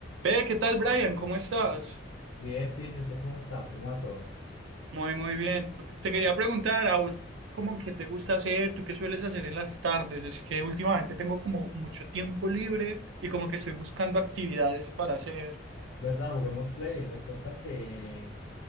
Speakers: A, on the right; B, on the left.
A: Ve, ¿qué tal, Brian? ¿Cómo estás?
B: Bien, Tini, ¿usted cómo está? ¿Cómo va todo?
A: Muy, muy bien. Te quería preguntar, ¿a vos cómo que te gusta hacer? ¿Tú qué sueles hacer en las tardes? Es que últimamente tengo como mucho tiempo libre y como que estoy buscando actividades para hacer.
B: ¿Verdad? Juguemos Play. Recuerda que